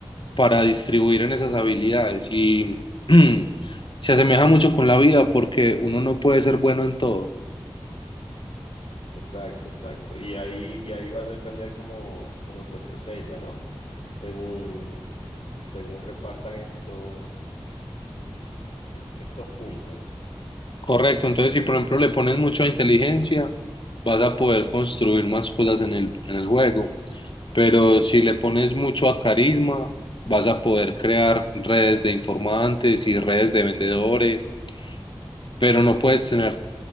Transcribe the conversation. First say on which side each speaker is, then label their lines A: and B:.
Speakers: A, on the left; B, on the left.
A: para distribuir en esas habilidades. Y <clears throat> se asemeja mucho con la vida porque uno no puede ser bueno en todo.
B: exacto, exacto. Y ahí, de ahí va a depender como, como tu estrategia, ¿no? Según, según repartan estos, est- estos puntos.
A: Correcto, entonces si por ejemplo le pones mucha inteligencia, vas a poder construir más cosas en el, en el juego, pero si le pones mucho a carisma, vas a poder crear redes de informantes y redes de vendedores, pero no puedes tener